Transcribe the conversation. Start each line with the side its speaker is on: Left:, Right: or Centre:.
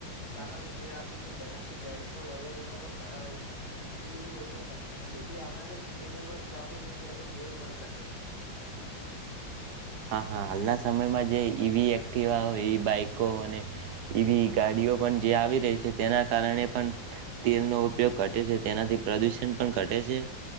Left: ચાલવાની
Right: હા
Left: ટવી રાખવી છે જેનાથી પેટ્રોલ વગેરેનોો પણ ઘટાડો યુઝ ઓછો થાય જેથી આવનારી પેટીને પણ સારું અનેને સ્વચ્છ જીવન મળી શકે છે
Right: હા હા હાલના સમયમાં જે ઈવી તેવા હોય એ બાઈકો અને એવી ગાડીઓ પણ જે આવી રહી છે તેના કારણે પણ તેલનો ઉપયોગ ઘટે છે તેનાથી પ્રદુષણ પણ ઘટે છે